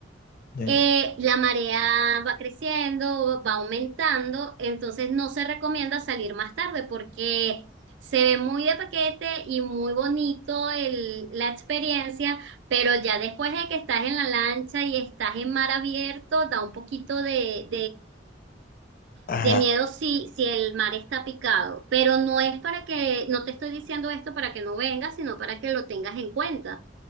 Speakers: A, on the left; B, on the right.
A: ya.
B: eh,
A: ya.
B: la marea va creciendo, va aumentando, entonces no se recomienda salir más tarde porque se ve muy de paquete y muy bonito el, la experiencia, pero ya después de que estás en la lancha y estás en mar abierto, da un poquito de,
A: Ajá,
B: de miedo si, si el mar está picado, pero no es para que, no te estoy diciendo esto para que no vengas, sino para que lo tengas en cuenta